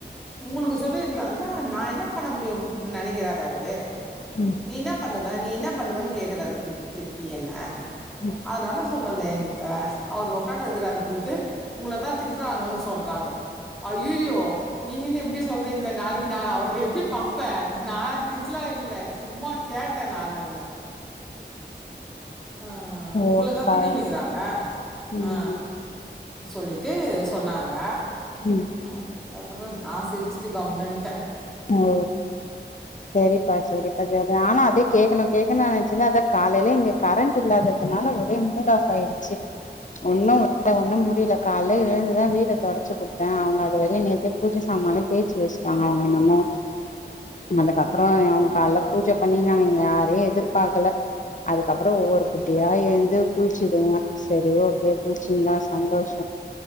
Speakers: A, in the centre; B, on the left (about 45°).
A: உங்களுக்கு சொல்லிருக்கலால்ல நா என்ன பண்ண முடியு நெனைக்கிதாரு அவரு
B: ம்
A: நீ என்ன பண்ணுவ நீ என்ன பண்ணுவன்னு கேக்குறாரு திருப்பி திருப்பி என்ன
B: ம்
A: அதனால சொல்லல எங்கிட்ட அவர் உக்கா ந்துருக்கிறாரு துட்டு உங்கள தா திட்டுறாங்கோன்னு சொல்றாங்கோ ஐய்யயோ நீங்க என்ன இப்டி சொல்றீங்களே நாளைக்கு நா அவர எப்டி பாப்பே நா திட்லா இல்ல சும்மா கேட்ட நானுன்ன ஆ உங்களதா
B: ஓக்கா
A: திட்டீனுக்கறாங்க
B: ம்
A: ஆ சொல்லிட்டு சொன்னாங்க
B: ம்
A: ஆ அப்புற நா சிரிச்சுட்டு கம்னுன்
B: ஓ செரிப்பா செரிப்பா செரி ஆனா அதே கேக்கணு கேக்கணுன் நெனச்சிருந்த அதா காலையில இங்க கரண்ட் இல்லாததுனால ஒரே மூட் ஆஃப் ஆயிடுச்சு ஒன்னு வேல ஒன்னு முடியல கால்ல எழுந்துதா வீட தொடச்சு குடுத்தே அவுங்க அது வரையு நேத்தே பூஜ சாமன்லா தேச்சு வச்சுட்டாங்க அவுங்க என்னமோ அதுக்கப்புற அவுங்க கால பூஜை பண்ணினாங்க எங்க யாரையு எதிர்பாக்கல அதுக்கப்புற ஒவ்வொரு குட்டியா எழுந்து குளிச்சிதுங்க சரி ஓகே குளிச்சிங்களா சந்தோஷ